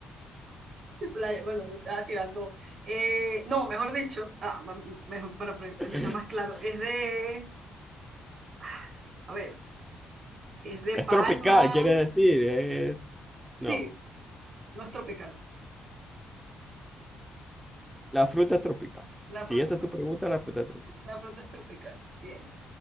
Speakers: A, on the right; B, in the centre.
A: de playa? Bueno, estaba tirando. eh, no, mejor dicho, ah, ma- mejor para, para
B: <laughs>
A: que sea más claro, es de, ah, a ver, es de
B: Es
A: palma.
B: tropical, quiere decir, es... No,
A: Sí, no es tropical.
B: la fruta es tropical.
A: La
B: Si
A: fruta
B: esa
A: es
B: es
A: tropical.
B: tu pregunta, la fruta es tropical.
A: La fruta es tropical. Bien.